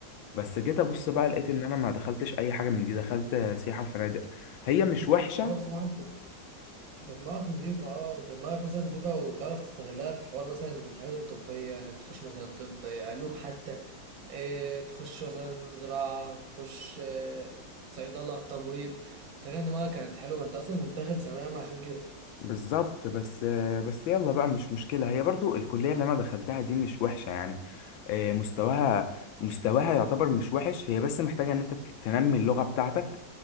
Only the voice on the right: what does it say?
ما هو بصراحة انت دماغك نضيفة اه انت دماغك مثلا نضيفة وتعرف تستغلها في حوار مثلا الحاجات الطبية انك تخش مثلا طب آه، علوم حتى اه تخش مثلا زراعة تخش اه صيدلة تمريض انت كان دماغك كانت حلوة ما انت اصلا كنت داخل ثانوية عامة عشان كده